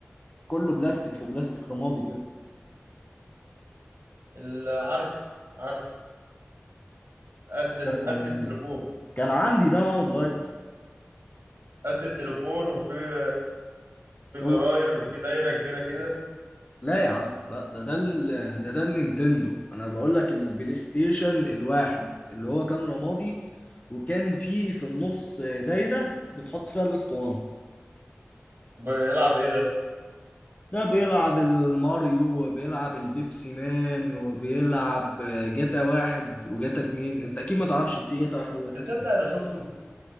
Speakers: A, on the left; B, on the right.
A: كله بلاستيك في بلاستيك رمادي كده
B: اللي عارف عارف قد ال-
A: آه،
B: قد التليفون
A: كان عندي ده وانا صغير
B: قد التليفون وفي في زراير
A: هو
B: وفي دايره كبيره كده
A: لا يا عم لا ده ده ال... ده ده النينتندو انا بقول لك البلاي ستيشن الواحد اللي هو كان رمادي وكان فيه في النص دايرة بتحط فيها الاسطوانة
B: وبيلعب ايه ده
A: ده بيلعب الماريو وبيلعب البيبسي مان وبيلعب جاتا واحد وجاتا اتنين انت اكيد ما تعرفش ان في جاتا واحد وجاتا
B: تصدق
A: اتنين
B: انا شفته